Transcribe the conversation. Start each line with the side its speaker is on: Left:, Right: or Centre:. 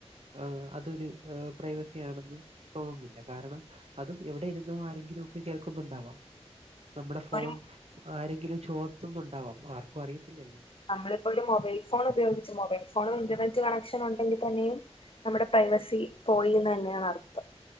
Right: ആഹ് അതൊരു ഏഹ് പ്രൈവസി ആണെന്ന് തോന്നുന്നില്ല കാരണം അതും എവിടെ ഇരുന്നും ആരെങ്കിലും ഒക്കെ കേൾക്കുന്നുണ്ടാവാം. നമ്മുടെ ഫോൺ
Left: ഒരു
Right: ആരെങ്കിലും ചോർത്തുന്നുണ്ടാവാം ആർക്കും അറിയത്തില്ലല്ലോ
Left: നമ്മളിപ്പോ ഒരു മൊബൈൽ ഫോൺ ഉപയോഗിച്ച് മൊബൈൽ ഫോണും ഇന്റർനെറ്റ് കണക്ഷൻ ഉണ്ടെങ്കിൽ തന്നെയും നമ്മുടെ പ്രൈവസി പോയീന്ന് തന്നെയാണ് അർത്ഥം